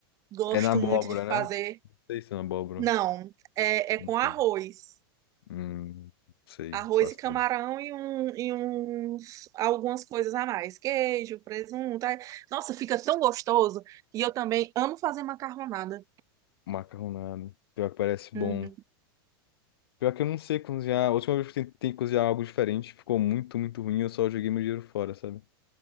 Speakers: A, on the right; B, on the left.
A: Gosto
B: É na abóbora,
A: muito de fazer.
B: né? Não sei se é na abóbora.
A: Não, é, é
B: Não
A: com
B: sei.
A: arroz.
B: Hum, não sei,
A: Arroz
B: não faço
A: e camarão
B: ideia.
A: e, um, e uns, algumas coisas a mais. Queijo, presunto. ai, Nossa, fica tão gostoso. E eu também amo fazer macarronada.
B: Macarronado. Pior que parece bom.
A: Uhum.
B: Pior que eu não sei cozinhar. A última vez que eu tentei cozinhar algo diferente, ficou muito, muito ruim. Eu só joguei meu dinheiro fora, sabe?